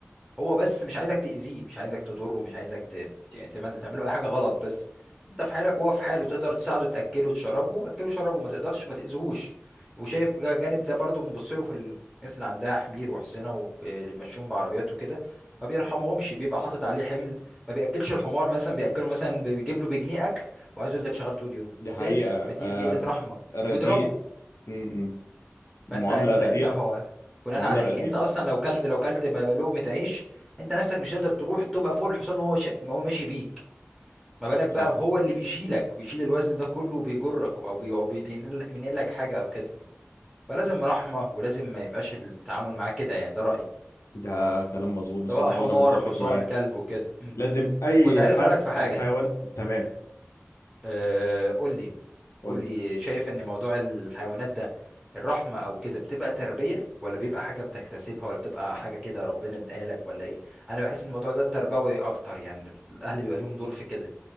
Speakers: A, in the centre; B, on the left.
A: هو بس مش عايزك تأذيه مش عايزك تضره مش عايزك ت... يعني تعمل تعمله أي حاجة غلط بس أنت في حالك وهو في حاله تقدر تساعده تأكله تشربه أكله شربه ما تقدرش ما تأذيهوش وشايف جا- جانب ده برضه بنبص له في الناس اللي عندها حمير وحصينة وبيمشون بعربيات وكده ما بيرحمهمش بيبقى حاطط عليه حمل ما بيأكلش الحمار مثلا بيأكله مثلا بيجيب له بجنيه أكل وعايزه يفضل شغال طول اليوم
B: دي
A: إزاي؟
B: حقيقة
A: ما دي دي قلة
B: آم.
A: رحمة
B: رديء
A: ويضربه
B: امم. المعاملة
A: فانت انت
B: رديئة
A: انت هو بناء
B: معاملة
A: على
B: رديئة
A: ايه انت اصلا لو كلت لو كلت م- لقمه عيش انت نفسك مش هتقدر تروح تبقى فوق الحصان وهو ش... وهو ماشي بيك ما بالك
B: صح
A: بقى هو اللي بيشيلك بيشيل الوزن ده كله وبيجرك او بي... أو بينقل بينقل لك حاجه او كده فلازم رحمه ولازم ما يبقاش التعامل معاه كده يعني ده رايي
B: ده كلام مظبوط بصراحة
A: سواء حمار
B: وأنا متفق
A: حصان
B: معاك
A: كلب وكده أمم.
B: لازم أي
A: وكنت عايز
B: حد
A: اسالك في حاجه
B: أي حيوان تمام
A: أه... قول لي
B: قول
A: قول
B: لي
A: لي شايف ان موضوع الحيوانات ده الرحمة او كده بتبقى تربية ولا بيبقى حاجة بتكتسبها ولا بتبقى حاجة كده ربنا اداها لك ولا ايه انا بحس ان الموضوع ده تربوي اكتر يعني الاهل بيبقى ليهم دور في كده